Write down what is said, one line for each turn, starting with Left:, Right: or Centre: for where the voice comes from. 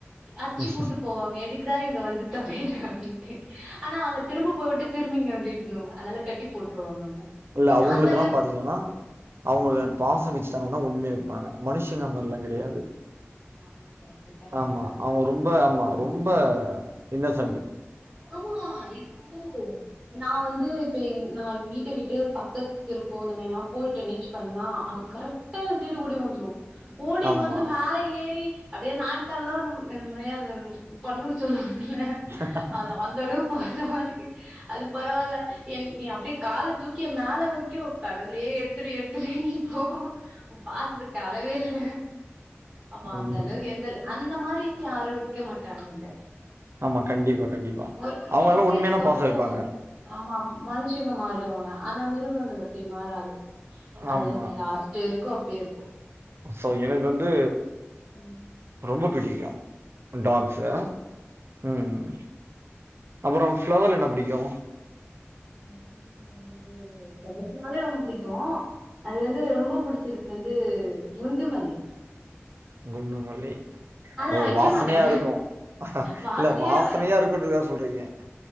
Centre: அடிச்சி
Right: ம்
Centre: கூட்டு போவாங்க எடு இங்க வந்து தொலைரார் அப்டின்ட்டு ஆனா அங்க திரும்ப போய்விட்டு திரும்பிங்க வந்திடுனு அதனால கட்டி போட்டுருவாங்க அவங்க
Right: புள்ள அவங்களுக்கெல்லா
Centre: அந்த
Right: பாத்தீங்னா அவங்கள பாசம் வச்சிட்டாங்கனா உம்மியா இருப்பாங்க மனுஷங்க மாரிலா கெடையாது
Centre: ஆமா ஆமா அப்புறோ அது கரெக்ட்
Right: ஆமா
Centre: தா
Right: அவங்க ரொம்ப ஆமா ரொம்ப
Centre: ம்
Right: இன்னசன்ட்
Centre: ஆமா இப்போ நா வந்து இப்ப எங் நா எங்க வீட்ட விட்டு பக்கத்தெரு போனுமே நா போயிட்டு நீச்சு பாருங்களா அது கரெக்ட் ட்டா என தேடி ஓடி வந்துரு ஓடி
Right: ஆமா
Centre: வந்து மேல ஏறி அதே நாயக்காலல்லா ஒரு இந்த மாதிரியா அது பண்ணுன் சொல்லவாங்க இல்ல
Right: ஹா ஹா ஹா
Centre: அந்தளவுக் பாசமா இருக்கு அது பரவால்ல என் நீ அப்டியே கால தூக்கி எ மேல வரைக்கு கடவுளே எடுத்துடு எடு திருன்ருக்கு ஒ பாசதுக்கு அளவே இல்ல அப்ப
Right: ம்.
Centre: அந்த அளவுக் எந்தல் அந்த மாரி இப்ப யாரு வெக்க மாட்டாங்கல்ல
Right: ஆமா கண்டிப்பா கண்டிப்பா
Centre: ஒரு குறிப்பிட்ட
Right: அவங்க எல்லா
Centre: ஸ்டேஜ்க்கு
Right: உண்மையானா
Centre: அப்றோ
Right: பாச வெப்பாங்க
Centre: ஆமா மனுஷங்க மாறிடுவாங்க ஆனா மிருகங்கள் அப்டி மாறாது
Right: ஆமா.
Centre: அதுங்க இப்டி இருக்கு அப்டி இருக்கு
Right: சோ எனக்கு வந்து
Centre: உம்
Right: ரொம்ப பிடிக்கு டாக்ஸ்ச உம் உம் அப்பறோ ஃபளவர்ல என்ன பிடிக்கு
Centre: ஃப்ளவர்ஸ்சுல வந்து ஃப்ளவர்ஸ்னாலே ரொம்ப புடிக்கு அது வந்து ரொம்ப புடிச்சது வந்து குண்டு மல்லி
Right: குண்டு மல்லி.
Centre: அ வெக்கமாட்டா
Right: ஓ! வாசனையா இருக்கும்.
Centre: வாசனையே
Right: இல்ல
Centre: <unintelligible>
Right: <unintelligible> சொல்றீங்க